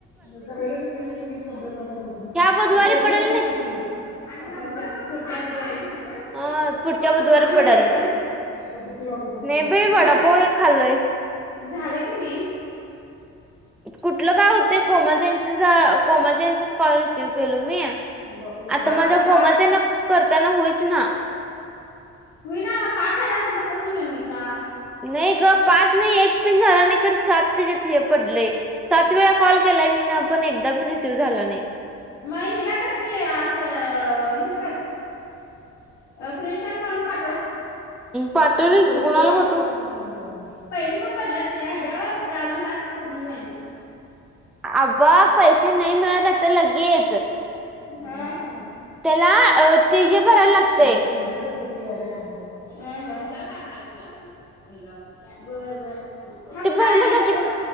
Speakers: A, on the left; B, in the centre.
A: न कराक्याचं वीस ते वीस कम्प्लीट झाल्यावर होत नाही
B: ह्या बुधवारी
A: किती येते
B: पडेल
A: बघ शिवनी
B: नाही
A: आसं इयर. आणि नंबर मग पाठ <unintelligible> नंबर पुढच्या बुधवारी. <unintelligible>
B: अ
A: फोन
B: पुढच्या बुधवारी
A: कसं लावायचं, जेवलीसं,
B: पडेल
A: आता पुट्ठी लावतो थांब
B: नाही
A: तुला दाखवते,
B: बाई वडापाव
A: झालं का?
B: एक खाल्लोय.
A: झालं की नाही?
B: कुठलं काय होतंय, कोमल त्यांच झा कोमल त्यांचच कॉल रिसीव केलो म्या.
A: तुला दाखवतो
B: आता
A: हा
B: माझा
A: हा
B: कोमल
A: पाच
B: तेना करताना होईच ना.
A: होईना, पाच झालं असल तर कसं होईल निका.
B: नाही गं, पाच नाही एक पिन झाला नाही, खरं सात तेज्यात हे पडलंय. सात वेळा कॉल केलाय मीन पण एकदा पण रिसिव्ह झाला नाही.
A: मग हिला कर की असं हे कर. स्क्रीन शॉट मारून पाठव,
B: पाठवलय
A: तु पैसे
B: की कोणाला
A: देणार
B: पाठवू?
A: आहे ना, स्क्रीन शॉट मारून पाठव ना मग. पैसे पण पडल्यात तुझ्या ह्याच्यावर, तुझं अजून टास्क पूर्णच होय नाहीत.
B: आबग पैसे नाही मिळत आता लगेच.
A: हं.
B: त्याला अ. ते हे भरायला लागतय
A: एटीएन. तायत कधी आले तुमचं, हा हा, युजर काय करायचं ते ॲपवर ह्याच्यावर, बर बर. ग्रुप वर थांब
B: ते
A: तुला
B: भर
A: आणि
B: म्हणू
A: एकदा
B: की
A: दोन,